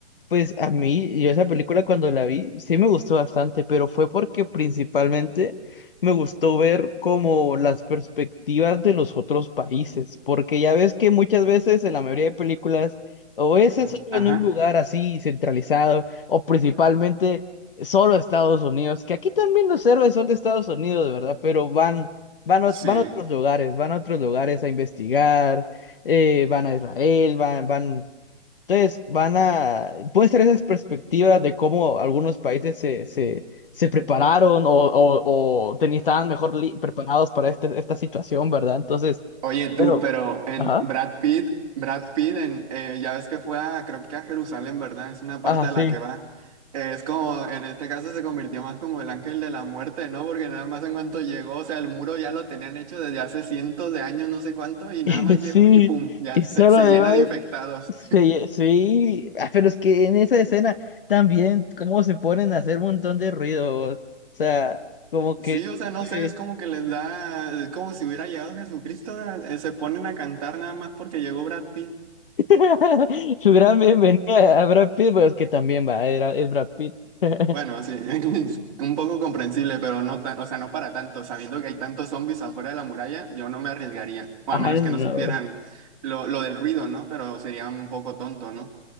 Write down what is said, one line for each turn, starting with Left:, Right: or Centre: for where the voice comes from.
Left: Pues a mí, yo esa película cuando la vi, sí me gustó bastante, pero fue porque principalmente me gustó ver como las perspectivas de los otros países, porque ya ves que muchas veces en la mayoría de películas o es eso
Right: Ah,
Left: en
Right: Ajá.
Left: un lugar así centralizado, o principalmente solo Estados Unidos, que aquí también los héroes son de Estados Unidos, ¿verdad? Pero van, van,
Right: Sí.
Left: a- van a otros lugares, van a otros lugares a investigar, eh, van a Israel, van, van. Entonces, van a, pueden ser esas perspectivas de cómo algunos países se, se, se prepararon o, o, o teni- estaban mejor li- preparados para este, esta situación, ¿verdad? Entonces,
Right: Oye, tú,
Left: pero,
Right: pero en
Left: ajá,
Right: Brad Pitt, Brad Pitt, en, eh, ya ves que fue a, creo que a Jerusalén, ¿verdad? Es una
Left: ajá,
Right: parte a
Left: sí,
Right: la que va. Eh, es como, en este caso se convirtió más como el ángel de la muerte, ¿no? Porque nada más en cuanto llegó, o sea, el muro ya lo tenían hecho desde hace cientos de años, no sé cuánto, y
Left: <laughs>
Right: nada más llegó
Left: sí,
Right: y pum, ya
Left: y
Right: se,
Left: solo
Right: se
Left: de
Right: llena
Left: ver,
Right: de infectados.
Left: sí, sí, ah, pero es que en esa escena también, cómo se ponen a hacer un montón de ruido, o sea, como que,
Right: Sí, o sea, no
Left: sí.
Right: sé, es como que les da, es como si hubiera llegado Jesucristo, ¿verdad? Eh, se ponen a cantar nada más porque llegó Brad Pitt.
Left: <laughs> Su gran bienvenida a Brad Pitt, pues que también va, era, es Brad Pitt. <laughs>
Right: Bueno, sí, <laughs> es un poco comprensible, pero no tan, o sea, no para tanto. Sabiendo que hay tantos zombies afuera de la muralla, yo no me arriesgaría. O
Left: Ah,
Right: a menos
Left: no. no.
Right: que no supieran lo, lo del ruido, ¿no? Pero sería un poco tonto, ¿no?